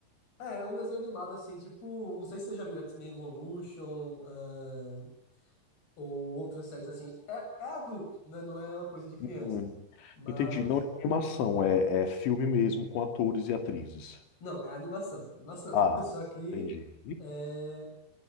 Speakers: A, on the left (about 65°); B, on the left (about 85°).
A: É, é um desenho animado assim, tipo, não sei se você já viu X-Men Evolution, ah, ou outras séries assim. É, é adulto, né? Não é uma coisa de criança.
B: Hum.
A: Mas,
B: Entendi, não é animação, é, é filme mesmo, com atores e atrizes.
A: não, é animação, é animação.
B: Ah,
A: <laughs> Só que.
B: entendi.
A: eh,